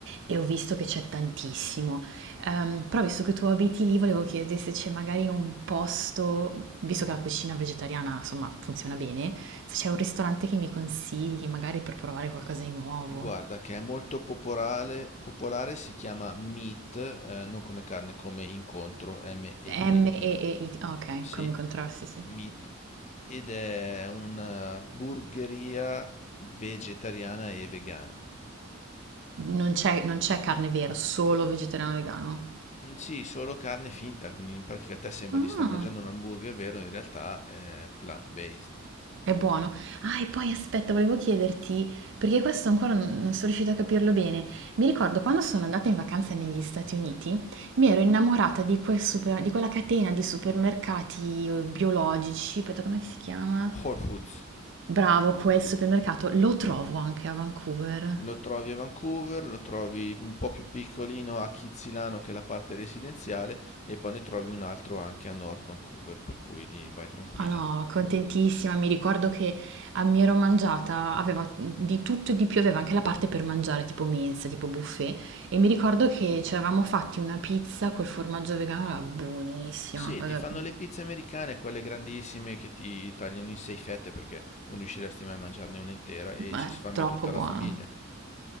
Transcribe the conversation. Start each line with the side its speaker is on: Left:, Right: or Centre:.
Right: e ho visto che c'è tantissimo. Ehm, però visto che tu abiti lì, volevo chiedere se c'è magari un posto, visto che la cucina vegetariana, insomma, funziona bene, se c'è un ristorante che mi consigli, magari per provare qualcosa di nuovo.
Left: Guarda, che è molto popolare, popolare si chiama Meat, eh, non come carne, come incontro, M-E-E-T,
Right: M e E I. T. ah, Ok,
Left: sì,
Right: come i contrasti, sì.
Left: Meat, ed è una burgeria vegetariana e vegana.
Right: Non c'è non c'è carne vera, solo vegetariano vegano.
Left: Mm, Sì, solo carne finta, quindi in pratica a te sembra
Right: Ah,
Left: di star mangiando un hamburger vero, in realtà è plant-based.
Right: è buono. Ah, e poi aspetta, volevo chiederti, perché questo ancora non, non sono riuscita a capirlo bene. Mi ricordo quando sono andata in vacanza negli Stati Uniti, mi ero innamorata di, quel super- di quella catena di supermercati eh, biologici. Aspetta, come si chiama?
Left: Whole Foods.
Right: Bravo, quel supermercato lo trovo anche a Vancouver.
Left: Lo trovi a Vancouver, lo trovi un po' più piccolino a Kitzilano che è la parte residenziale e poi ne trovi un altro anche a North Vancouver, per cui lì vai tranquilla.
Right: Ah no, contentissima, mi ricordo che a mi ero mangiata, aveva di tutto e di più, aveva anche la parte per mangiare, tipo mensa, tipo buffet, e mi ricordo che ci eravamo fatti una pizza col formaggio vegano, era buonissima,
Left: Sì,
Right: una cosa,
Left: ti fanno le pizze americane, quelle grandissime che ti tagliano in sei fette perché non riusciresti mai a mangiarne una intera e
Right: eh,
Left: ci sfami
Right: troppo
Left: tutta
Right: buona.
Left: la famiglia.